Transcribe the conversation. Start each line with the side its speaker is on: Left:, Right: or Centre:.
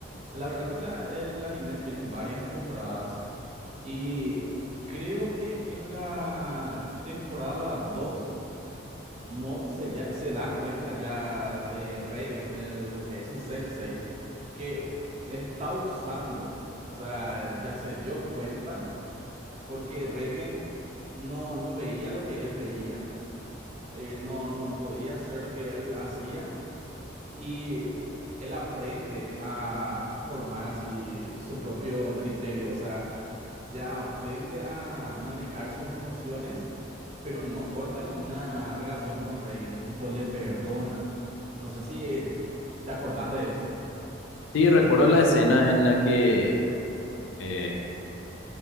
Right: la verdad que la- el anime tiene varias temporadas. Y creo que en la temporada 2 Mob se, ya- se da cuenta ya de Reigen, de lo que es su sensei, que le está usando. O sea, ya se dio cuenta porque Reigen no, no veía lo que él veía. Eh, no, no podía hacer lo que él hacía y él aprende a formar así su propio criterio, o sea, ya aprende a manejar sus emociones, pero no corta ninguna relación con Reagan, tipo le perdona. No sé si eh, te acordás de eso.
Left: Sí, recuerdo la escena en la que eh,